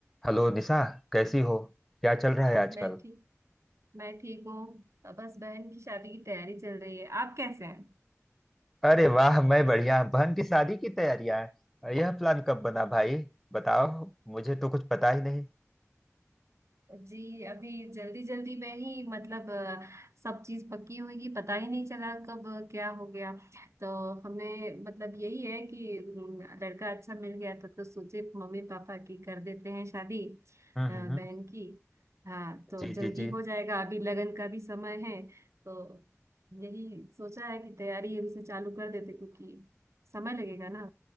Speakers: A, in the centre; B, on the right (about 65°).
A: Hello Nisha कैसी हो क्या चल रहा है आजकल
B: मैं ठीक मैं ठीक हूँ अब बस बहन की शादी की तैयारी चल रही है आप कैसे हैं
A: अरे वाह मैं बढ़िया बहन की शादी की तैयारियां हैं यह प्लान कब बना भाई बताओ मुझे तो कुछ पता ही नहीं
B: जी अभी जल्दी जल्दी में ही मतलब अ, सब चीज पक्की हुई पता ही नहीं चला कब अ, क्या हो गया तो हमें मतलब यही है कि उम, लड़का अच्छा मिल गया था तो सोचे मम्मी पापा की कर देते हैं शादी
A: हम्म
B: अ, बहन
A: हम्म हम्म।
B: की हाँ तो
A: जी
B: जल्दी
A: जी जी
B: हो जाएगा अभी लगन का भी समय है तो यही सोचा है कि तैयारी अभी से चालू कर देते क्योंकि समय लगेगा ना